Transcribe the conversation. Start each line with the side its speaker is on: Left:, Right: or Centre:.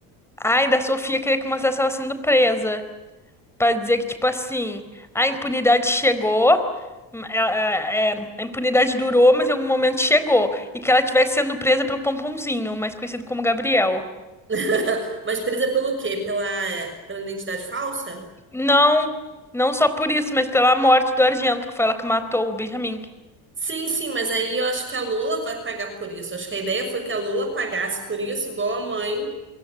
Centre: ai, da Sofia queria que mostrasse ela sendo presa. Pra dizer que, tipo assim, a impunidade chegou. hum, é- é- é, a impunidade durou, mas em algum momento chegou. E que ela estivesse sendo presa pelo Pomponzinho, mais conhecido como Gabriel.
Right: <laughs> Mas presa pelo quê? Pela, pela identidade falsa?
Centre: Não, não só por isso, mas pela morte do Argento, que foi ela que matou o Benjamin.
Right: Sim, sim, mas aí eu acho que a Lula vai pagar por isso. Acho que a ideia foi que a Lula pagasse por isso, igual a mãe